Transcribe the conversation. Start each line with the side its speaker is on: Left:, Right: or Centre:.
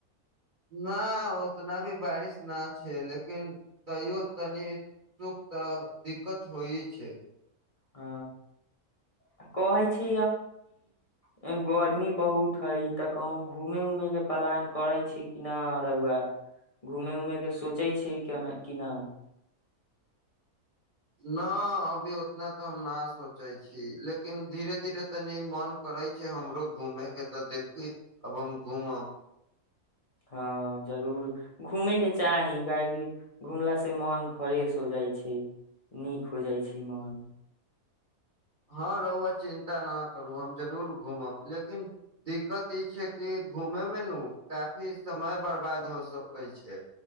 Right: नहि, एतेक बेसी वर्षा नहि अछि, मुदा तैयो तनि-तनि दिक्कत तऽ होइते अछि।
Left: हँ, हम तऽ कहैत छी जे गर्मी बहुत अछि। तऽ कहियो घूमय जाएबाक योजना बनबैत छी कि नहि? किनको घूमय जाएबाक सोचैत छी कि नहि?
Right: नहि, एखन तऽ एतेक नहि सोचैत छी। मुदा धीरे-धीरे मन करैत अछि। हमरो घूमयकेँ इच्छा होइत अछि। देखी, आब हमहुँ घूमय जाएब।
Left: हँ जरूर घूमेके चाही काहेकि घूमला से मन फ्रेश हो जाइ छै। नीक हो जाइ छै। मन
Right: हँ रहू, चिन्ता नहि करू। हम जरूर घूमब, मुदा दिक्कत ई छै जे घूमैमे ने काफी समय बर्बाद भऽ सकै छै।